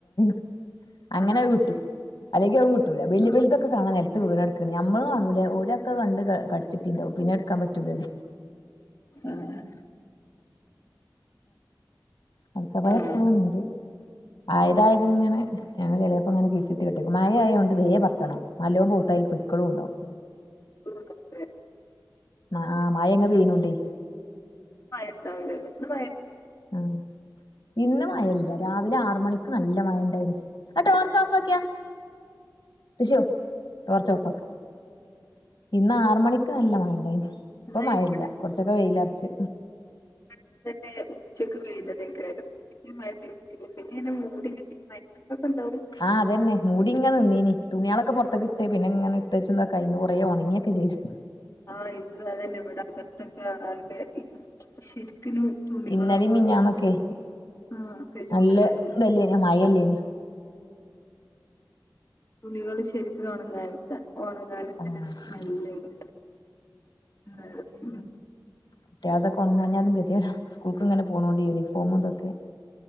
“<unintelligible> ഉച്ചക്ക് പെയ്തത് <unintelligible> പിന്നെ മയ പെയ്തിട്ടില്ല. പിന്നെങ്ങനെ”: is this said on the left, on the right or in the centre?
Left